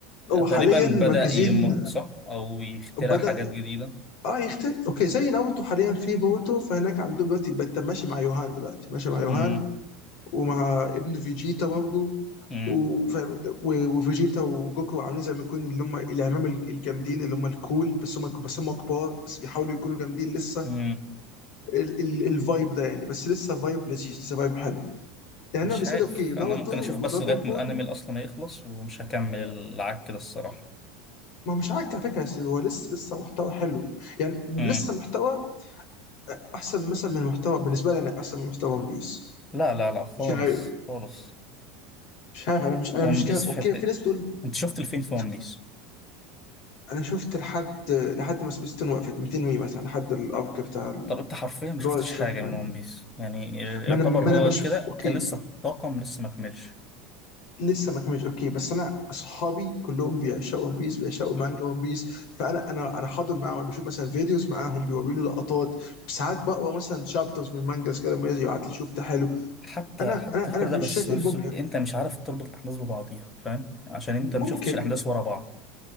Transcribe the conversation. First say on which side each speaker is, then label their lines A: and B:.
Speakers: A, on the left; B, on the left.
A: هو حاليا
B: تقريبا
A: مركزين
B: بدأ يمط صح او يخترع
A: بدأ
B: حاجات جديده
A: اه يختلف اوكي زي ناروتو حاليا في بوتو فهناك عندهم دلوقتي انت ماشي مع يوهان دلوقتي ماشي مع يوهان
B: امم
A: ومع ابن فيجيتا برضه
B: امم
A: وفاهم انت و- وفيجيتا وجوكو عاملين زي ما يكون اللي هم الاعمام الج- الجامدين اللي هم الكول بس هم بس هم كبار بس بيحاولوا يكونوا جامدين لسه
B: امم
A: ال- ال- الفايب ده يعني بس لسه فايب لذيذ لسه فايب حلو يعني
B: مش
A: انا بالنسبه
B: عارف
A: لي اوكي ناروتو
B: انا ممكن اشوف بس
A: ودراجون
B: لغايه
A: بول
B: ما الانمي اصلا ما يخلص ومش هكمل العك ده الصراحه
A: ما هو مش عارف على فكره بس هو لسه لسه محتوى حلو يعني
B: امم
A: لسه محتوى احسن مثلا من محتوى بالنسبه لي انا احسن من محتوى ون بيس
B: لا لا لا خالص
A: مش عارف
B: خالص
A: مش عارف انا مش
B: ون
A: انا مش جا...
B: بيس في
A: اوكي
B: حته
A: في ناس بتقول
B: انت شفت الفين في
A: <laughs>
B: ون بيس
A: انا شفت لحد لحد ما سبيستون وقفت 200 وي مثلا لحد الارك بتاع
B: طب انت حرفيا ما
A: اللي
B: شفتش
A: هو الشاك
B: حاجه
A: مان
B: من ون بيس يعني يعتبر
A: ما انا ما انا
B: هو
A: بشوف
B: كده
A: اوكي
B: كان لسه الطاقم لسه ما كملش
A: لسه ما كملش اوكي بس انا اصحابي كلهم بيعشقوا ون بيس بيعشقوا مانجا ون بيس فانا انا انا حاضر معاهم بشوف مثلا فيديوز معاهم بيوروا لي لقطات ساعات بقرا مثلا شابترز من مانجاز كده لما يبعت لي شوف ده حلو
B: حتى
A: انا
B: حتى
A: انا انا
B: كل ده
A: مش
B: بس
A: شايف ايه
B: نفسه
A: المبهر
B: انت مش عارف تربط الاحداث ببعضيها فاهم عشان انت
A: ممكن
B: ما شفتش الاحداث ورا بعض